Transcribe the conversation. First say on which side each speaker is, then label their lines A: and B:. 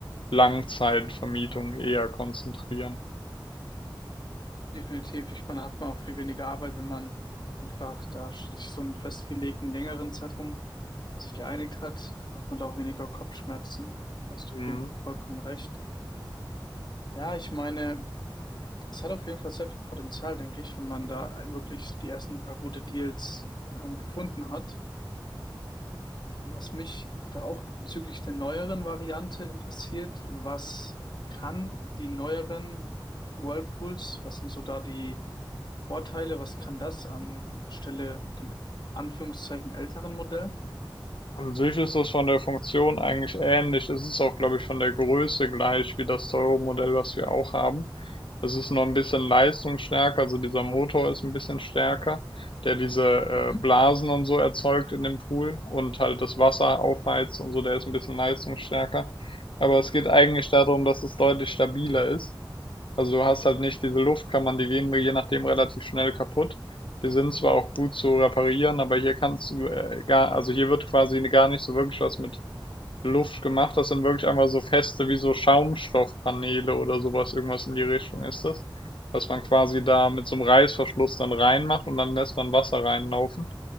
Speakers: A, on the left; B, on the left.
A: Langzeitvermietung eher konzentrieren.
B: Definitiv. Ich meine, hat man auch viel weniger Arbeit, wenn man einfach da sich so einen festgelegten längeren Zeitraum sich geeinigt hat, dann hat man da auch weniger Kopfschmerzen. Da hast du
A: Mhm.
B: auf jeden Fall vollkommen recht. Ja, ich meine, es hat auf jeden Fall sehr viel Potenzial, denke ich, wenn man da wirklich die ersten paar gute Deals äh, gefunden hat. Was mich da auch bezüglich der neueren Variante interessiert, was kann die neueren Whirlpools, was sind so da die Vorteile, was kann das anstelle dem Anführungszeichen älteren Modell?
A: An sich ist das von der Funktion eigentlich ähnlich. Es ist auch, glaube ich, von der Größe gleich wie das teure Modell, was wir auch haben. Es ist nur ein bisschen leistungsstärker, also dieser Motor ist ein bisschen stärker, der diese äh,
B: Mhm.
A: Blasen und so erzeugt in dem Pool und halt das Wasser aufheizt und so, der ist ein bisschen leistungsstärker. Aber es geht eigentlich darum, dass es deutlich stabiler ist. Also du hast halt nicht diese Luftkammern, die gehen mir je nachdem relativ schnell kaputt. Die sind zwar auch gut zu reparieren, aber hier kannst du äh, gar, also hier wird quasi gar nicht so wirklich was mit Luft gemacht. Das sind wirklich einfach so feste wie so Schaumstoffpaneele oder sowas, irgendwas in die Richtung ist das, was man quasi da mit so einem Reißverschluss dann reinmacht und dann lässt man Wasser reinlaufen.